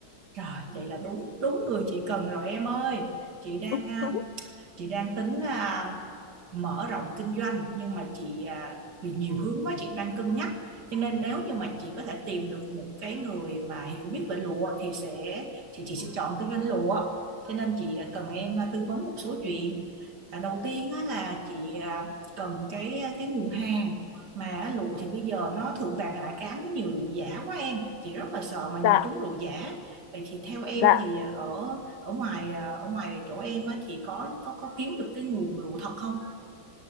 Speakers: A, on the right; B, on the left.
A: Rồi, vậy là đúng đúng người chị cần rồi em ơi. Chị đang
B: <laughs>
A: à, chị đang tính à, mở rộng kinh doanh nhưng mà chị à, vì nhiều hướng quá chị đang cân nhắc cho nên nếu như mà chị có thể tìm được một cái người mà hiểu biết về lụa thì sẽ thì chị sẽ chọn kinh doanh lụa cho nên chị à, cần em à, tư vấn một số chuyện à, đầu tiên á, là chị à, cần cái à, cái nguồn hàng mà á, lụa thì bây giờ nó thượng vàng hạ cám nó nhiều lụa giả quá em chị rất là sợ mà nhập
B: Dạ,
A: trúng lụa giả vậy thì theo em
B: dạ.
A: thì à, ở ở ngoài à, ở ngoài chỗ em á, thì có có có kiếm được cái nguồn lụa thật không